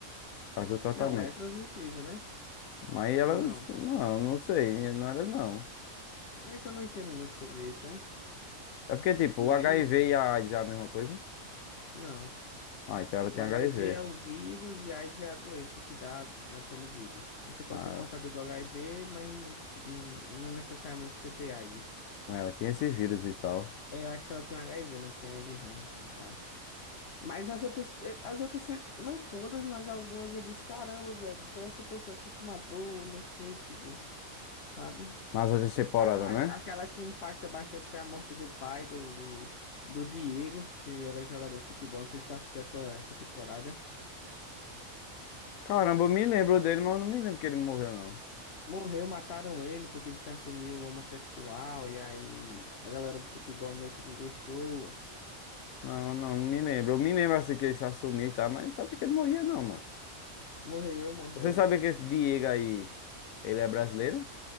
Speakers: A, on the left; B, on the left.
A: Fazia o tratamento.
B: Não, é transmissível, né?
A: Mas elas,
B: Ou não?
A: não, não sei, não era não.
B: É que eu não entendo muito sobre isso, né?
A: É porque, tipo,
B: E
A: o
B: aí.
A: HIV e a AIDS é a mesma coisa?
B: Não.
A: Ah, então ela tem
B: O HIV
A: HIV.
B: é o vírus e a AIDS é a doença que dá, né, pelo vírus. Você pode
A: Ah,
B: ser portador do HIV, mas não, não, não necessariamente precisa ter AIDS.
A: né, ela tem esse vírus e tal.
B: É, Eu acho que ela tem HIV, não tem AIDS não e tal. Mas as outras, eh, as outras, eh, não todas, mas algumas eu disse, caramba, viado, foi essa pessoa aqui que matou, não sei, tipo, sabe?
A: Nas outras temporadas,
B: A-
A: né?
B: a- aquela que impacta bastante foi a morte do pai do, do, do Diego, que era jogador de futebol, não sei se tu assistiu essa, essa temporada.
A: Caramba, eu me lembro dele, mas eu não me lembro que ele morreu, não.
B: Morreu, mataram ele porque ele se assumiu homossexual e aí a galera do futebol meio que não gostou.
A: Não, não, não me lembro. Eu me lembro assim que ele se assumiu e tal, mas não sabia que ele morria, não, mano.
B: Morreu, morreu.
A: Você sabia que esse Diego aí, ele é brasileiro?